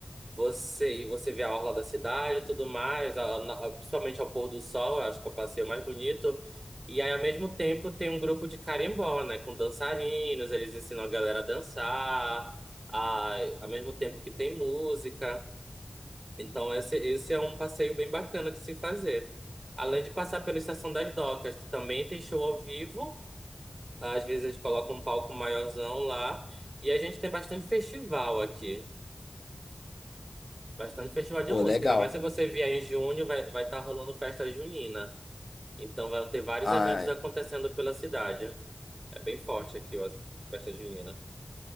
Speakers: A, on the right; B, on the left.
A: Você, e você vê a orla da cidade e tudo mais, a- na- principalmente ao pôr do sol, eu acho que é o passeio mais bonito. E aí, ao mesmo tempo, tem um grupo de carimbó, né? Com dançarinos, eles ensinam a galera a dançar, a, ao mesmo tempo que tem música. Então, esse, esse é um passeio bem bacana de se fazer. Além de passar pela Estação das Docas, que também tem show ao vivo. Às vezes, eles colocam um palco maiorzão lá. E a gente tem bastante festival aqui. Bastante festival de
B: pô,
A: música.
B: legal.
A: Ainda mais se você vier em junho, vai vai estar rolando festa junina. Então vai ter vários
B: Ah,
A: eventos acontecendo pela cidade. É bem forte aqui, ó, as festa junina.